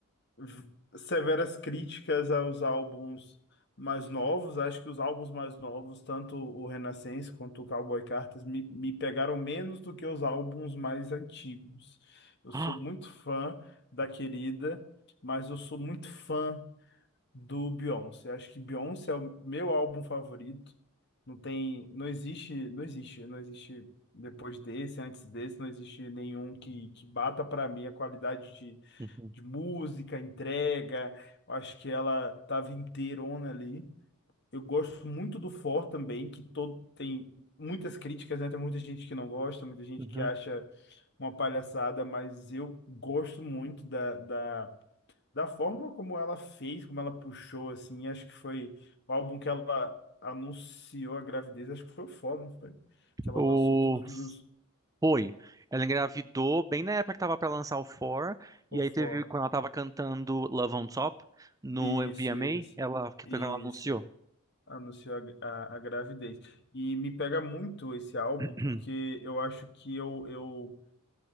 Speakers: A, on the left; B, on the right.
A: v- severas críticas aos álbuns mais novos. Acho que os álbuns mais novos, tanto o Renascença quanto o Cowboy Cartas, me, me pegaram menos do que os álbuns mais antigos. Eu
B: <gasps>
A: sou muito fã da querida, mas eu sou muito fã. do Beyoncé. Acho que Beyoncé é o meu álbum favorito. Não tem, não existe, não existe, não existe depois desse, antes desse, não existe nenhum que, que bata para mim a qualidade de,
B: Ah, uhum,
A: de música, entrega. Eu Acho que ela tava inteirona ali. Eu gosto muito do For também, que todo tem muitas críticas, né? Tem muita gente que não gosta, muita gente
B: uhum.
A: que acha uma palhaçada, mas eu gosto muito da, da da forma como ela fez, como ela puxou, assim, acho que foi o álbum que ela anunciou a gravidez, acho que foi o Fó, não foi? Que ela
B: O...
A: lançou todos os...
B: Foi. Ela engravidou bem na época que tava pra lançar o Four,
A: O
B: e aí
A: Fó.
B: teve, quando ela tava cantando Love on Top no
A: Isso,
B: VMA,
A: isso.
B: ela, que
A: Isso.
B: foi quando ela anunciou.
A: Anunciou a, a, a gravidez. E me pega muito esse álbum,
B: <clears throat>
A: porque eu acho que eu, eu